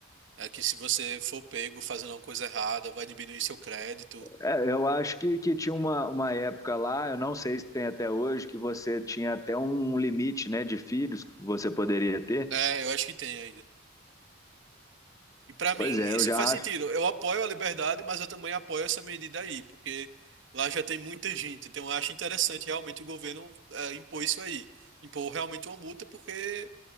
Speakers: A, on the right; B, on the left.
A: É que se você for pego fazendo alguma coisa errada, vai diminuir seu crédito.
B: É, eu acho que, que tinha uma, uma época lá, eu não sei se tem até hoje, que você tinha até um limite, né, de filhos que você poderia ter.
A: É, eu acho que tem ainda. E pra mim
B: Pois é, eu
A: isso
B: já
A: faz sentido.
B: acho.
A: Eu apoio a liberdade, mas eu também apoio essa medida aí, porque lá já tem muita gente. Então eu acho interessante realmente o governo é, impor isso aí. Impor realmente uma multa, porque